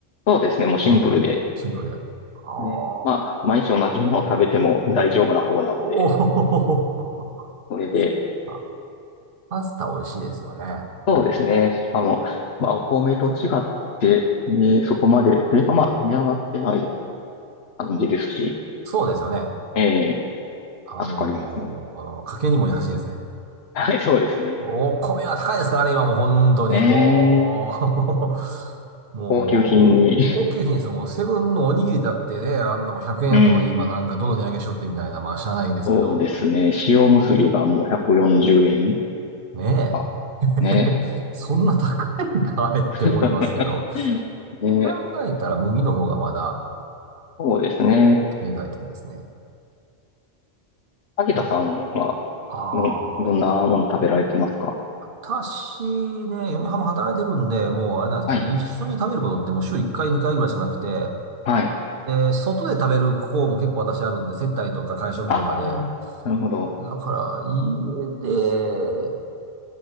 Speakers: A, on the left; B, on the right.
A: そうですね。もうシンプルで、
B: うん。シンプルで。ああ、
A: ね、まあ、
B: お
A: 毎日同じものを食べても大丈夫な方なので、
B: お、
A: それで
B: <laughs> あパスタ美味しいですよね。
A: そうですね。しかも、まあ、お米と違って、ね、そこまで、というかまあ、積み上がってない感じですし、
B: そうですよね。
A: ええ、
B: あのー家計にも優しいですね。
A: 助かりますね。はい、そうですね。
B: お米は高いですからね、今もう本当にも
A: ねえ、
B: う <laughs> もう、
A: 高級品に、
B: 高級品ですよ。もうセブンのおにぎりだってね、あんなもん100円やとに今なんかどの値上げしよってみたいな、
A: <laughs> うん、
B: まあ、しゃあないですけど、
A: そうですね。塩むすびがもう140円
B: ねえ。
A: か。
B: <laughs>
A: ね。
B: そんな高いんか、あれって思いますけど。
A: <laughs>
B: っ
A: ね、
B: て考えたら麦の方がまだ
A: そうですね。
B: 経済的ですね。
A: 萩田さんは、
B: じゃあ、あー
A: の、どんなもの食べられてますか
B: 私ね、嫁はんも働いてるんで、もうあれなんですね、
A: はい、
B: 一緒に食べることってもう週1回、2回ぐらいしかなくて、
A: はい。
B: で、外で食べる方も結構私あるんで、接待とか会食とかで、
A: ああ、なるほど。
B: だから家で、